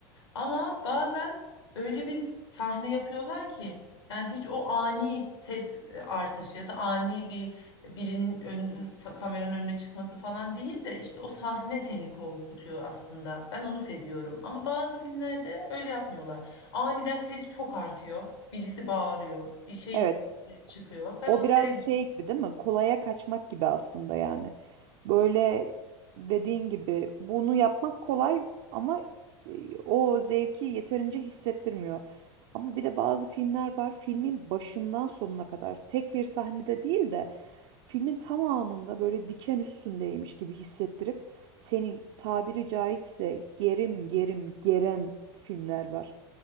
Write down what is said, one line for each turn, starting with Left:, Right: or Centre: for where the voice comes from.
Left: Ama bazen öyle bir sahne yapıyorlar ki yani hiç o ani ses e, artışı ya da ani bir birinin ön, fa- kameranın önüne çıkması falan değil de işte o sahne seni korkutuyor aslında. Ben onu seviyorum. Ama bazı filmlerde öyle yapmıyorlar. Aniden ses çok artıyor. Birisi bağırıyor. Bir şey
Right: Evet.
Left: çıkıyor. Ben
Right: O
Left: onu
Right: biraz
Left: sevmiyorum.
Right: şey gibi değil mi? Kolaya kaçmak gibi aslında yani. Böyle dediğin gibi bunu yapmak kolay ama e, o zevki yeterince hissettirmiyor. Ama bir de bazı filmler var. Filmin başından sonuna kadar tek bir sahnede değil de filmin tamamında böyle diken üstündeymiş gibi hissettirip seni tabiri caizse gerim gerim geren filmler var.